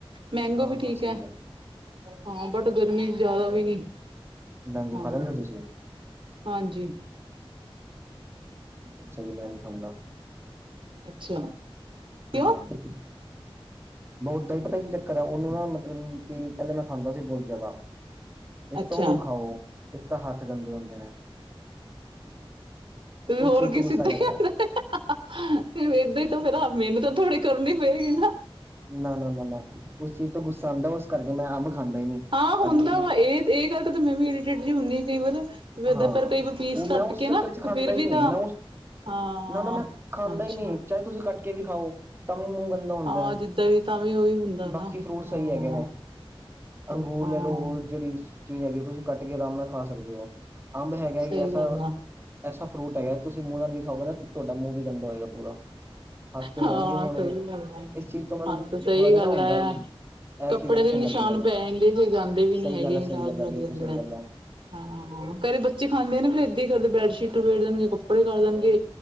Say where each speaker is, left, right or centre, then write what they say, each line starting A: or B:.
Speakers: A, on the right; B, on the right.
A: ਮੈਂਗੋ
B: ਹਾਂ
A: ਵੀ ਠੀਕ
B: ਹਾਂ ਸਹੀ
A: ਐ।
B: ਗੱਲ ਹੈ।
A: ਹਾਂ। ਬਟ, ਗਰਮੀ 'ਚ ਜ਼ਿਆਦਾ ਵੀ ਨੀ
B: ਮੈਂਗੋ
A: ਹਾਂ।
B: ਖਾ ਲੈਂਦੇ ਓ ਤੁਸੀਂ?
A: ਹਾਂਜੀ।
B: ਅੱਛਾ ਜੀ, ਮੈਂ ਨੀ ਖਾਂਦਾ।
A: ਅੱਛਾ। ਕਿਉਂ
B: ਹਮ, ਬਹੁ ਓਦਾਂ ਈ ਪਤਾ ਕੀ ਚੱਕਰ ਐ। ਉਹਨੂੰ ਨਾ ਮਤਲਬ ਕਿ, ਪਹਿਲੇ ਮੈਂ ਖਾਂਦਾ ਸੀ ਬਹੁਤ ਜ਼ਿਆਦਾ। ਇੱਕ
A: ਅੱਛਾ
B: ਤਾਂ ਉਹਨੂੰ ਖਾਓ, ਇੱਕ ਤਾਂ ਹੱਥ ਗੰਦੇ ਹੁੰਦੇ ਨੇ।
A: ਤੇ ਹੋਰ
B: ਉਸ ਚੀਜ਼
A: ਕੀ
B: ਤੋਂ ਗੁੱਸਾ
A: ਸਿੱਧਾ
B: ਚੜਦਾ
A: ਈ ਫਿਰ ਏਦਾ ਈ ਤੋਂ ਫੇਰ ਹ ਮਿਹਨਤ ਤੋ ਥੋੜੀ ਕਰਨੀ ਪਏਗੀ ਨਾ।
B: ਨਾ-ਨਾ-ਨਾ-ਨਾ। ਉਸ ਚੀਜ਼ ਤੋਂ ਗੁੱਸਾ ਆਂਦਾ। ਉਸ ਕਰਕੇ ਮੈਂ ਅੰਬ ਖਾਂਦਾ ਈ ਨੀ।
A: ਆਹ ਹੁੰਦਾ
B: ਅਜ ਕਿ
A: ਵਾ। ਇਹ-ਇਹ ਗੱਲ ਤੋਂ ਤਾਂ ਮੈਂ ਵੀ ਇਰੀਟੇਟ ਜਹੀ ਹੁੰਨੀ ਕਈ ਵਾਰ ਵੇ ਏਦਾ
B: ਹਾਂ
A: ਫਿਰ, ਕਈ ਵਾਰ ਪੀਸ
B: ਉਹ
A: ਕੱਟ
B: ਮੈਂ ਉਸ
A: ਕੇ
B: ਚੱਕਰ
A: ਨਾ। 'ਤੇ
B: ਚ ਖਾਂਦਾ
A: ਫੇਰ
B: ਹੀ
A: ਵੀ
B: ਨਹੀਂ
A: ਤਾਂ
B: ਮੈਂ ਉਸ
A: ਹਾਂ-ਹਾ
B: ਨਾ ਨਾ ਮੈਂ ਖਾਂਦਾ
A: ਅੱਛਾ।
B: ਹੀ ਨਹੀਂ ਚਾਹੇ ਤੁਸੀਂ ਕੱਟ ਕੇ ਵੀ ਖਾਓ। ਤਾਂ ਵੀ ਮੂੰਹ ਗੰਦਾ ਹੁੰਦਾ,
A: ਹਾਂ ਜਿੱਦਾਂ ਵੀ ਤਾਂ ਵੀ ਉਹੀ ਹੁੰਦਾ ਨਾ
B: ਬਾਕੀ ਫਰੂਟ ਸਈ
A: ਹਾਂ
B: ਹੈਗੇ ਨੇ। ਅੰਗੂਰ
A: ਹਾਂ
B: ਲੈਲੋ ਹੋਰ ਜਿਹੜੀ ਚੀਜ਼ ਹੈਗੀ ਐਂ, ਤੁਸੀਂ ਕੱਟ ਕੇ ਆਰਾਮ ਨਾ ਖਾ ਸਕਦੇ ਓ ਅੰਬ ਹੈਗਾ ਇਕ
A: ਸਹੀ
B: ਐਸਾ
A: ਗੱਲ ਆ
B: ਐਸਾ ਫਰੂਟ ਹੈਗਾ ਤੁਸੀਂ ਮੂੰਹ ਨਾਲ ਵੀ ਖਾਓਗੇ, ਨਾ ਤੇ ਤੁਹਾਡਾ ਮੂੰਹ ਵੀ ਗੰਦਾ ਹੋਏਗਾ ਪੂਰਾ। ਹੱਥ ਤੇ ਹੋਣਗੇ-
A: ਹਾਂ
B: ਹੋਣਗੇ
A: ਸਹੀ ਗੱਲ ਹੈ
B: ਇਸ ਚੀਜ਼ ਤੋਂ ਮੈਨੂੰ
A: ਹਾਂ ਤਾਂ ਸਹੀ
B: ਥੋੜਾ ਜਾ
A: ਗੱਲ
B: ਨਾ ਓ ਹੁੰਦਾ
A: ਹੈ
B: ਐ। ਐਹ
A: ਕੱਪੜੇ
B: ਚੀਜ਼ ਅੱਛੀ
A: ਦੇ ਵੀ
B: ਨੀ
A: ਨਿਸ਼ਾਨ
B: ਲੱਗਦੀ, ਮੈਨੂੰ
A: ਪੈ ਜਾਂਦੇ ਫਿਰ ਜਾਂਦੇ ਵੀ
B: ਸਹੀ
A: ਨੀ ਹੈਗੇ
B: ਗੱਲ ਆ ਸਹੀ
A: ਦਾਗ
B: ਗੱਲ ਆ,
A: ਲੱਗ
B: ਬਿਲਕੁਲ
A: ਜਾਂਦੇ
B: ਸਹੀ
A: ਹੈ
B: ਗੱਲ ਆ।
A: ਹਾਂ ਘਰੇ ਬੱਚੇ ਖਾਂਦੇ ਨੇ, ਫਿਰ ਏਦਾਂ ਈ ਕਰਦੇ ਬੈੱਡਸ਼ੀਟ ਲਬੇੜਦੇਣਗੇ, ਕੱਪੜੇ ਕਰ ਦੇਣਗੇ।